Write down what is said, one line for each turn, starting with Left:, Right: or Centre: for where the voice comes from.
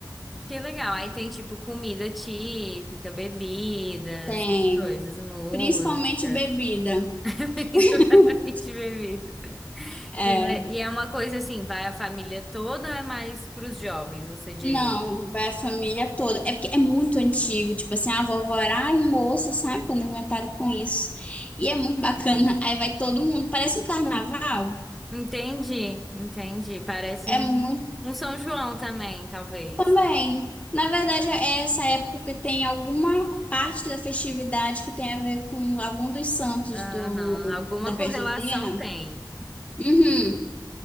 Centre: Que legal. Aí tem, tipo, comida típica, bebidas,
Left: Tem
Centre: essas coisas, música.
Left: principalmente bebida.
Centre: <laughs> Principalmente
Left: <laughs>
Centre: bebidas.
Left: É,
Centre: E é, e é uma coisa assim, vai a família toda, ou é mais para os jovens, você diria.
Left: não, vai a família toda. É porque é muito antigo, tipo assim, a vovó era um moço, sabe, quando inventaram com isso. E é muito
Centre: Hum.
Left: bacana. Aí vai todo mundo, parece um carnaval.
Centre: Entendi, entendi. Parece
Left: É
Centre: um,
Left: muito
Centre: um São João também, talvez.
Left: Também. Na verdade, é essa época que tem alguma parte da festividade que tem a ver com algum dos santos
Centre: Aham,
Left: do,
Centre: Alguma
Left: da
Centre: correlação
Left: festa junina.
Centre: tem.
Left: Uhum,